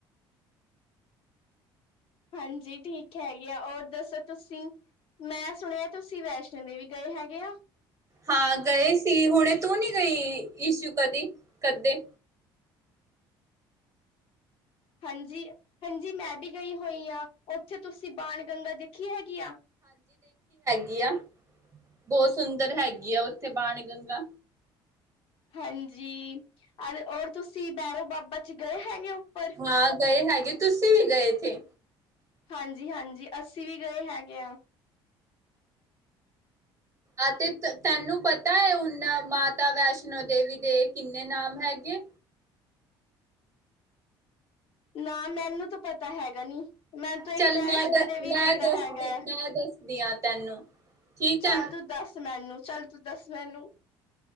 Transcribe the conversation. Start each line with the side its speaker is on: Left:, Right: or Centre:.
Left: ਹਾਂਜੀ ਠੀਕ ਹੈਗੇ ਆ ਔਰ ਦੱਸੋ ਤੁਸੀਂ ਮੈਂ ਸੁਣਿਆ ਤੁਸੀਂ ਵੈਸ਼ਨੋ ਦੇਵੀ ਗਏ ਹੈਗੇ ਆ।
Right: ਹਾਂ
Left: <unintelligible>
Right: ਗਏ ਸੀ ਹੁਣੇ ਤੂੰ ਨੀ ਗਈ ਇਸ਼ੂ ਕਦੀ, ਕਦੇ?
Left: ਹਾਂਜੀ, ਹਾਂਜੀ ਮੈਂ ਵੀ ਗਈ ਹੋਈ ਹਾਂ ਉੱਥੇ ਤੁਸੀਂ ਬਾਣ ਗੰਗਾ ਦੇਖੀ ਹੈਗੀ ਆ?
Right: ਗੀ ਆ। ਬਹੁਤ ਸੁੰਦਰ ਹੈਗੀ ਆ ਉੇਹ। ਤੇ ਬਾਣ ਗੰਗਾ
Left: ਹਾਂਜੀ, ਔਰ ਤੁਸੀਂ ਬੈਰੋ ਬਾਬਾ 'ਚ ਗਏ ਹੈਗੇ ਉੱਪਰ?
Right: ਹਾਂ ਗਏ ਹੈਗੇ ਤੁਸੀਂ ਵੀ ਗਏ ਇੱਥੇ?
Left: ਹਾਂਜੀ-ਹਾਂਜੀ ਅਸੀ ਅਸੀਂ ਵੀ ਗਏ ਹੈਗੇ ਆ।
Right: ਆ ਤੇ ਤੈਨੂੰ ਪਤਾ ਐ ਹੁਣ ਮਾਤਾ ਵੈਸ਼ਨੋ ਦੇਵੀ ਦੇ ਕਿੰਨੇ ਨਾਮ ਹੈਗੇ?
Left: ਨਾ ਮੈਨੂੰ ਤਾਂ ਪਤਾ ਹੈਗਾ ਨੀ ਮੈਨੂੰ ਤਾਂ
Right: ਚੱਲ
Left: ਇੱਕ ਵੈਸ਼ਨੋ
Right: ਮੈਂ
Left: ਦੇਵੀ
Right: ਮੈਂ
Left: ਪਤਾ
Right: ਦੱਸਦੀ
Left: ਹੈਗਾ ਹੈ।
Right: ਮੈਂ ਦੱਸਦੀ ਆ। ਤੈਨੂੰ ਠੀਕ
Left: ਚੱਲ
Right: ਆ
Left: ਤੂੰ ਦਸ ਮੈਨੂੰ ਚੱਲ ਤੂੰ ਦਸ ਮੈਨੂੰ।